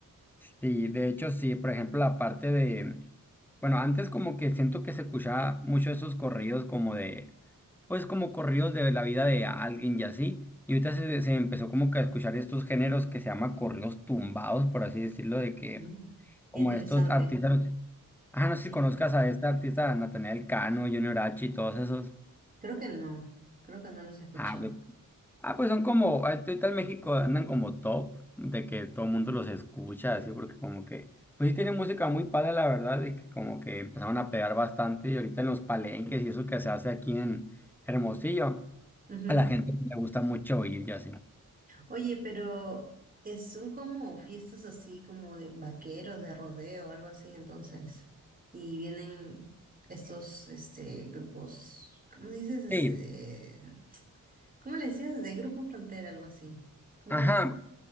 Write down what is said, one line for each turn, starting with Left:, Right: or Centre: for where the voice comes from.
Centre: Sí, de hecho sí, por ejemplo, la parte de, bueno, antes como que siento que se escuchaba mucho esos corridos como de, pues como corridos de la vida de alguien y así, y ahorita se, se empezó como que a escuchar estos géneros que se llama corridos tumbados, por así decirlo, de que
Right: Ujú.
Centre: como
Right: Qué interesante.
Centre: estos artistas, ah, no sé
Right: Sí,
Centre: si conozcas a este artista, Natanael Cano, Junior H y todos esos.
Right: creo que no, creo que no los he escuchado.
Centre: Ah, ok, Ah, pues son como, ahorita en México andan como top, de que todo el mundo los escucha, así, porque como que, pues sí tienen música muy padre, la verdad, y que como que empezaron a pegar bastante, y ahorita en los palenques y eso que se hace aquí en Hermosillo,
Right: Ujú.
Centre: a la gente le gusta mucho oír y así.
Right: Oye, pero es, son como fiestas así como de vaqueros, de rodeo, algo así, entonces. Y vienen estos este grupos, ¿cómo dices? Este
Centre: Sí,
Right: de- ¿cómo le decías? De grupo frontera, algo así. ¿Cómo
Centre: ajá,
Right: se dice?